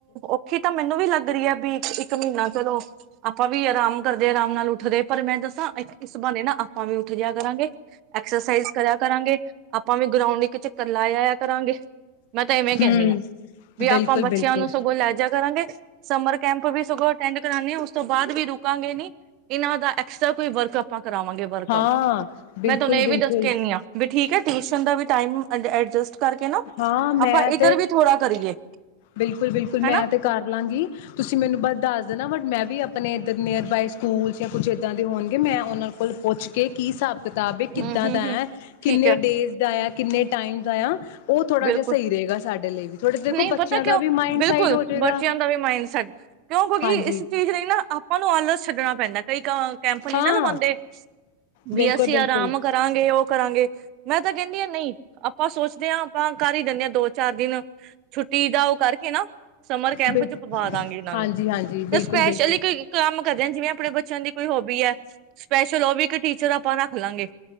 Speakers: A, on the right; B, on the left.
A: ਔਖੀ ਤਾਂ ਮੈਨੂੰ ਵੀ ਲੱਗ ਦਰੀਆ ਬੀ ਇੱਕ ਇੱਕ ਮਹੀਨਾ ਚਲੋ ਆਪਾਂ ਵੀ ਆਰਾਮ ਕਰਦੇ ਆਰਾਮ ਨਾਲ ਉੱਠਦੇ ਪਰ ਮੈਂ ਦੱਸਾਂ ਇਸ ਬਹਾਨੇ ਨਾ ਆਪਾਂ ਵੀ ਉੱਠ ਜਾ ਕਰਾਂਗੇ ਐਕਸਰਸਾਈਜ਼ ਕਰਿਆ ਕਰਾਂਗੇ ਆਪਾਂ ਵੀ ਗਰਾਉਂਡ ਇੱਕ ਚੱਕਰ ਲੈ ਆਇਆ ਕਰਾਂਗੇ ਮੈਂ ਤਾਂ ਇਵੇਂ ਕਹਿੰਦੀ
B: ਹੂੰ
A: ਹਾਂ। ਵੀ
B: ਬਿਲਕੁਲ
A: ਆਪਾਂ ਬੱਚਿਆਂ
B: ਬਿਲਕੁਲ
A: ਨੂੰ ਸਗੋਂ ਲੈ ਜਾ ਕਰਾਂਗੇ ਸਮਰ ਕੈਂਪ ਵਿੱਚ ਸਗੋਂ ਅਟੈਂਡ ਕਰਾ ਨੇ ਆ ਉਸ ਤੋਂ ਬਾਅਦ ਵੀ ਰੁਕਾਂਗੇ ਨੀ ਇਹਨਾਂ ਦਾ ਐਕਸ ਕੋਈ ਵਰਕ ਆਪਾਂ ਕਰਾਵਾਂਗੇ ਵਰਕ
B: ਹਾਂ
A: ਆਊਟ
B: ਬਿਲਕੁਲ
A: ਮੈਂ ਤੁਹਾਨੂੰ ਇਹ
B: ਬਿਲਕੁਲ
A: ਵੀ ਦੱਸ ਕੇ ਆਦੀ ਹਾਂ ਵੀ ਠੀਕ ਹੈ ਤੁਸੀ ਦਾ ਵੀ ਟਾਈਮ ਐਡਜਸਟ ਕਰਕੇ ਨਾ
B: ਹਾਂ ਮੈਂ
A: ਆਪਾਂ ਇੱਧਰ
B: ਤੇ
A: ਵੀ ਥੋੜਾ ਕਰੀਏ
B: ਬਿਲਕੁਲ ਬਿਲਕੁਲ
A: ਹਨਾ
B: ਮੈਂ ਤੇ ਕਰ ਲਾਂਗੀ ਤੁਸੀਂ ਮੈਨੂੰ ਬਸ ਦੱਸ ਦੇਣਾ ਬਟ ਮੈਂ ਵੀ ਆਪਣੇ ਇੱਧਰ ਨੀਅਰ ਬਾਏ ਸਕੂਲਸ ਜਾਂ ਕੁਝ ਇੱਦਾਂ ਦੇ ਹੋਣਗੇ ਮੈਂ ਉਹਨਾਂ ਕੋਲ ਪੁੱਛ ਕੇ ਕੀ ਹਿਸਾਬ ਕਿਤਾਬਿਕ ਕਿੱਦਾਂ
A: ਹੂੰ ਹੂੰ
B: ਦਾ
A: ਹੂੰ
B: ਹੈ ਕਿੰਨੇ
A: ਠੀਕ ਹੈ
B: ਡੇਜ਼ ਦਾ ਹੈ। ਕਿੰਨੇ ਟਾਈਮ ਦਾ ਆ
A: ਬਿਲਕੁਲ
B: ਸਹੀ ਰਹੇਗਾ ਸਾਡੇ ਲਈ ਵੀ ਥੋੜੇ ਦੇਖੋ
A: ਨਹੀਂ
B: ਬੱਚਿਆਂ
A: ਪਤਾ
B: ਦਾ
A: ਕਿਉਂ
B: ਵੀ ਮਾਇੰਡ
A: ਬਿਲਕੁਲ
B: ਸਾਈਡ ਹੋ ਜਾਏਗਾ
A: ਬੱਚਿਆਂ ਦਾ ਵੀ ਮਾਈੰਡ ਸੈਟ ਕਿਉਂ ਕਿਉਂਕਿ
B: ਹਾਂਜੀ
A: ਇਸ ਚੀਜ਼ ਲਈ ਨਾ ਆਪਾਂ ਨੂੰ ਆਲਸ ਛੱਡਣਾ ਪੈਂਦਾ ਕਈ ਕ ਕੈਂਪ ਨਹੀਂ
B: ਹਾਂ
A: ਨਾ ਲਵਾਦੇ ਵੀ
B: ਬਿਲਕੁਲ-ਬਿਲਕੁਲ
A: ਅਸੀਂ ਆਰਾਮ ਕਰਾਂਗੇ। ਉਹ ਕਰਾਂਗੇ ਮੈਂ ਤਾਂ ਕਹਿੰਦੀ ਹਾਂ ਨਹੀਂ ਆਪਾਂ ਸੋਚਦੇ ਹਾਂ ਆਪਾਂ ਕਰ ਹੀ ਦਿੰਦੇ ਹਾਂ ਦੋ ਚਾਰ ਦਿਨ ਛੁੱਟੀ ਦਾ ਉਹ ਕਰਕੇ ਨਾ ਸਮਰ ਕੈਂਪ
B: ਬਿਲ
A: ਚ ਪਵਾ ਦਾਂਗੇ ਇਹਨਾਂ
B: ਹਾਂਜੀ-ਹਾਂਜੀ
A: ਨੂੰ
B: ਬਿਲਕੁਲ-ਬਿਲਕੁਲ
A: ਤੇ ਸਪੈਸ਼ਲ ਇੱਕ ਕੰਮ ਕਰਦੇ ਜਿਵੇਂ ਆਪਣੇ ਬੱਚਿਆਂ ਦੀ ਕੋਈ ਹੋਬੀ ਹੈ ਸਪੈਸ਼ਲ ਹੋਬੀ ਇੱਕ ਟੀਚਰ ਆਪ ਆਪਾਂ ਰੱਖ ਲਾਂਗੇ